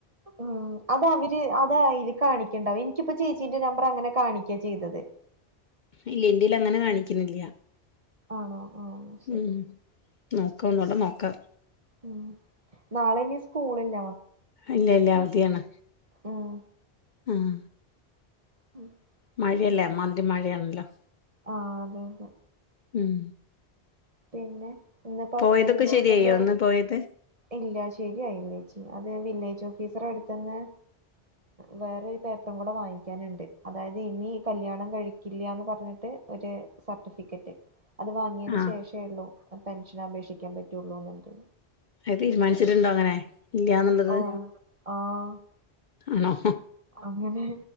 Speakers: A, on the right; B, on the left.
A: ഉം അത് അവര് അത അല് കാണിക്കണ്ടാവും എനിക്കിപ്പോ ചേച്ചീന്റെ നമ്പർ അങ്ങനെ കാണിക്ക <unintelligible> ചെയ്തത്
B: ഇല്ല ഇന്റല് അങ്ങനെ കാണിക്കിണില്ല
A: ആണോ ആഹ് ശരി
B: ഉം നോക്കുകന്നൂടെ നോക്കാം
A: ഉം നാളെ ഇനി സ്കൂളില്ല
B: ഇല്ല ഇല്ല അവധിയാണ്
A: ഉം
B: ആഹ
A: <inaudible>
B: മഴയല്ലേ മന്തി മഴയാണല്ലോ
A: ആഹ അതെ അതെ
B: ഉം
A: പിന്നെ ഇന്നിപ്പോ
B: പോയതൊക്കെ
A: ഹസ്ബൻഡിന്റെ
B: ശരിയോ
A: വീട്ടിന്ന്
B: അന്ന്പോയത്
A: ഇല്ല ശരിയായില്ലേച്ചി അത് വില്ലേജ് ഓഫീസർ അടുത്തന്ന് വേറൊരു പേപ്പറും കൂടെ വാങ്ങിക്കാനുണ്ട് അതായത് ഇനി കല്ല്യാണം കഴിക്കില്ലന്ന് പറഞ്ഞിട്ട് ഒരു സർട്ടിഫിക്കറ്റ് അത് വാങ്ങിയന്
B: ആഹ്
A: ശേഷേ ഉള്ളൂ പെൻഷൻ അപേക്ഷിക്കാൻ പറ്റുള്ളൂ എന്നുണ്ട്
B: അത് തീരുമാനിച്ചിട്ടുണ്ടോ അങ്ങനെ ഇല്ലന്നുള്ളത്
A: ഓ ആഹ്
B: ആണോ
A: അങ്ങനെ